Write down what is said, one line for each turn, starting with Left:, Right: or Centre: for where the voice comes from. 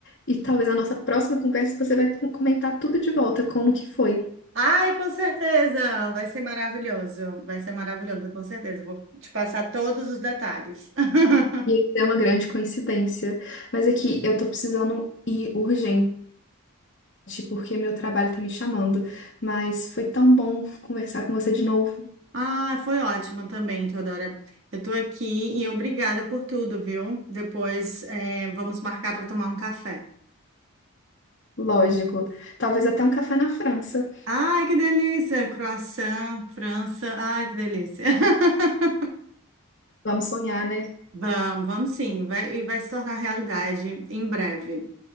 Left: e talvez na nossa próxima conversa você vai com- comentar tudo de volta, como que foi.
Right: Ai, com certeza! Vai ser maravilhoso. Vai ser maravilhoso, com certeza. Vou te passar todos os detalhes. <laughs>
Left: E isso é uma grande coincidência. Mas aqui, eu tô precisando ir urgente porque meu trabalho tá me chamando. Mas foi tão bom conversar com você de novo.
Right: Ah, foi ótimo também, Teodora. Eu tô aqui e obrigada por tudo, viu? Depois, eh, vamos marcar para tomar um café.
Left: Lógico. Talvez até um café na França.
Right: Ai, que delícia! Croissant, França. Ai, que delícia! <laughs>
Left: Vamos sonhar, né?
Right: Vamos, vamos sim. Vai, e vai se tornar realidade em breve.